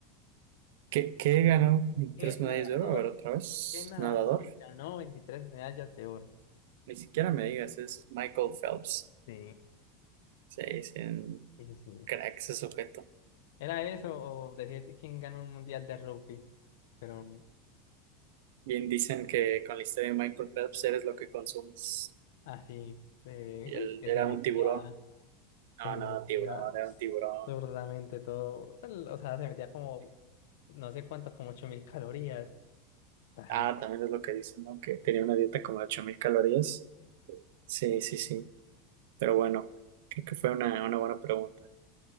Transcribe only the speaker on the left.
¿Qué
nadador,
qué nadador
ganó 23 medallas de oro?
Sí.
Sí, sí, sí.
Era eso o decir quién ganó un mundial de rugby, pero
así, de,
<laughs>
que
se metía,
se metía
pues,
absurdamente todo, el- o sea, se metía como, no sé cuántas, como 8000 calorías. Dale,